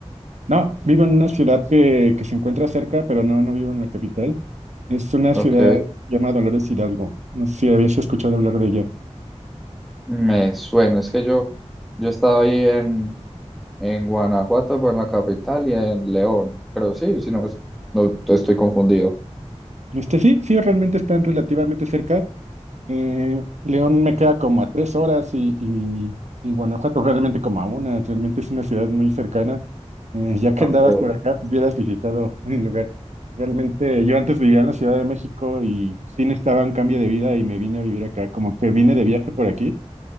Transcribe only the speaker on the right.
No, vivo en una ciudad que, que se encuentra cerca, pero no, no vivo en la capital. Es una
ciudad llamada Dolores Hidalgo. No sé si habías escuchado hablar de ella.
Este sí, sí, realmente están relativamente cerca, Eh, León me queda como a tres horas y, y, y Guanajuato realmente como a una, realmente es una ciudad muy cercana. Eh, ya que
andabas por acá, pues hubieras visitado <laughs> el lugar. Realmente yo antes vivía en la Ciudad de México y sí necesitaba un cambio de vida y me vine a vivir acá, como que vine de viaje por aquí